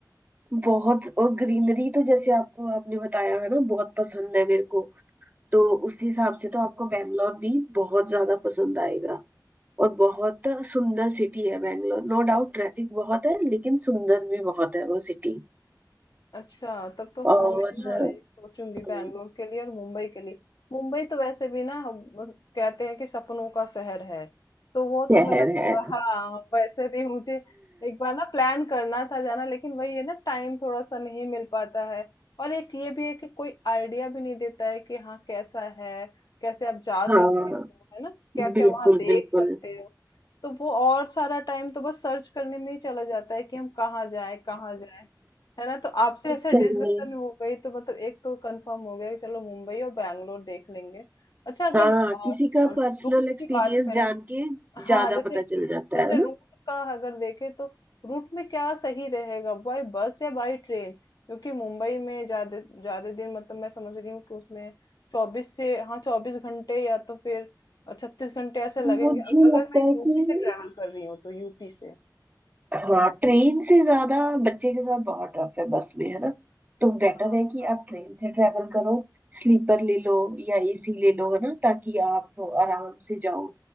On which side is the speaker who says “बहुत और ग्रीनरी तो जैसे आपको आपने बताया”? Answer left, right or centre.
Right